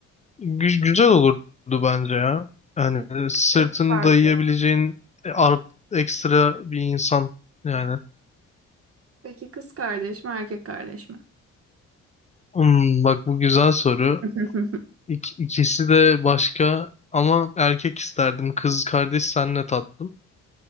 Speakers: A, on the left (about 25°); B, on the right (about 50°).
A: Gü- güzel olurdu bence ya. Yani
B: Peki
A: e, sırtını
B: kız kardeş.
A: dayayabileceğin e, art ekstra bir insan yani.
B: Peki kız kardeş mi erkek kardeş mi?
A: Hmm, bak bu güzel soru.
B: <laughs>
A: İk, ikisi de başka ama erkek isterdim. Kız kardeş senle tatlım.